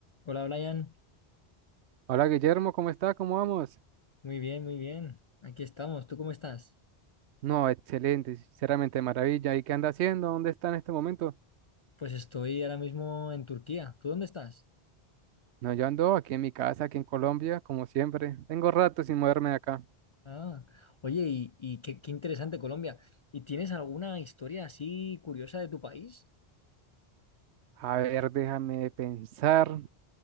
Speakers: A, on the left (about 50°); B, on the right (about 80°).
A: Hola Brian,
B: Hola Guillermo, ¿cómo está? ¿Cómo vamos?
A: muy bien, muy bien. Aquí estamos. ¿Tú cómo estás?
B: No, excelente, sinceramente maravilla. ¿Y qué anda haciendo? ¿Dónde está en este momento?
A: Pues estoy ahora mismo en Turquía. ¿Tú dónde estás?
B: No, yo ando aquí en mi casa, aquí en Colombia, como siempre. Tengo rato sin moverme de acá.
A: Ah, oye, y, y qué, qué interesante Colombia. ¿Y tienes alguna historia así curiosa de tu país?
B: A ver, déjame pensar.